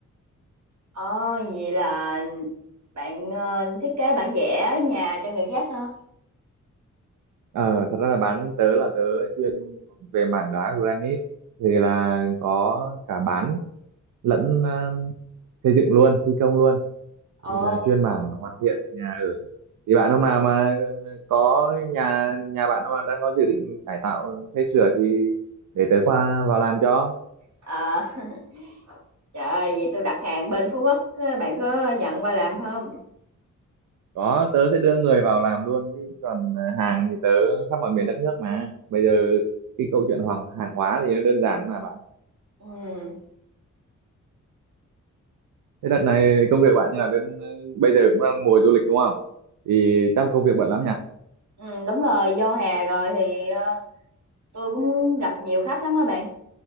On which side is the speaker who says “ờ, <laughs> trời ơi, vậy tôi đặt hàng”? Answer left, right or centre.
Right